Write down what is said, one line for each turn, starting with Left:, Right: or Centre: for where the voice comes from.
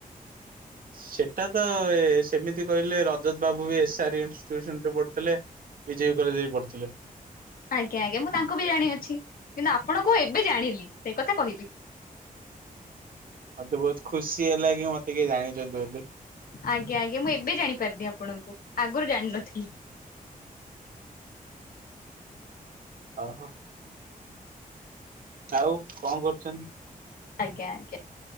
Right: ସେଟା ତ ଏ ସେମିତି କହିଲେ ରଜତ ବାବୁ ବି ଏସ୍ ଆର ଇନଷ୍ଟିଚ୍ୟୁସନ ରେ ପଢୁଥିଲେ। ବିଜେପି କଲେଜ ରେ ପଢ଼ୁଥିଲେ।
Left: ଆଜ୍ଞା ଆଜ୍ଞା ମୁଁ ତାଙ୍କୁ ବି ଜାଣିଅଛି। କିନ୍ତୁ ଆପଣଙ୍କୁ ଏବେ ଜାଣିଲି। ସେଇ କଥା କହିଲି।
Right: ମତେ ବହୁତ ଖୁସି ହେଲା କି ମତେ କିଏ ଜାଣିଛନ୍ତି ବୋଲି।
Left: ଆଜ୍ଞା ଆଜ୍ଞା ମୁଁ ଏବେ ଜାଣିପାରିଲି ଆପଣଙ୍କୁ ଆଗରୁ ଜାଣିନଥିଲି।
Right: ଅହଁ। ଆଉ କଣ କରୁଛନ୍ତି?
Left: ଆଜ୍ଞା ଆଜ୍ଞା।